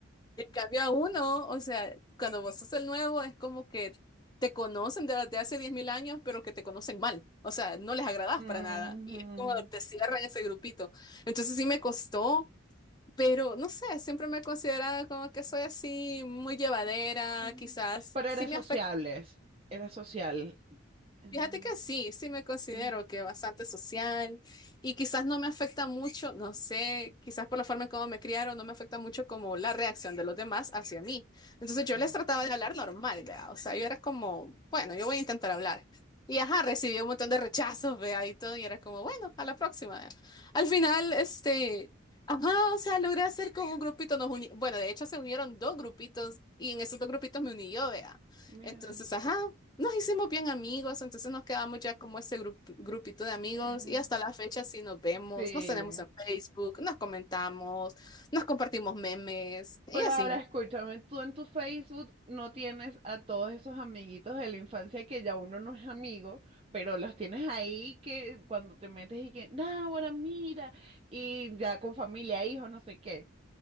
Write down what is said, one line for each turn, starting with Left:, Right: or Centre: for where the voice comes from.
Left: En cambio a uno, o sea, cuando vos sos el nuevo es como que te conocen desde hace 10.000 años, pero que te conocen mal. O sea, no les agradás
Right: Ujú.
Left: para nada. Y es como te cierran ese grupito. Entonces sí me costó, pero no sé, siempre me he considerado como que soy así muy llevadera,
Right: Ujú.
Left: quizás.
Right: Pero
Left: Sí
Right: eres
Left: me
Right: sociables.
Left: afecta.
Right: Eres social. Ah,
Left: Fíjate que sí, sí me considero
Right: hemos-
Left: que bastante social y quizás no me afecta mucho, no sé, quizás por la forma en cómo me criaron, no me afecta mucho como la reacción de los demás hacia mí. Entonces
Right: Qué bueno.
Left: yo les trataba de hablar normal, ¿vea? O sea, yo era como, bueno, yo voy a intentar hablar. Y ajá, recibí un montón de rechazos, vea, y todo, y era como, bueno, a la próxima, vea. Al final, este, ajá, o sea, logré hacer como un grupito, nos uni- bueno, de hecho se unieron dos grupitos y en esos dos grupitos me uní yo, vea.
Right: Mira.
Left: Entonces, ajá nos hicimos bien amigos, entonces nos quedamos ya como ese grup- grupito de amigos
Right: eh,
Left: y hasta la fecha sí nos vemos,
Right: Sí.
Left: nos tenemos en Facebook, nos comentamos, nos compartimos memes y
Right: Pero
Left: así.
Right: ahora escúchame, tú en tu Facebook no tienes a todos esos amiguitos de la infancia que ya uno no es amigo, pero los tienes ahí que cuando te metes y que, ahora mira, y ya con familia, hijos, no sé qué.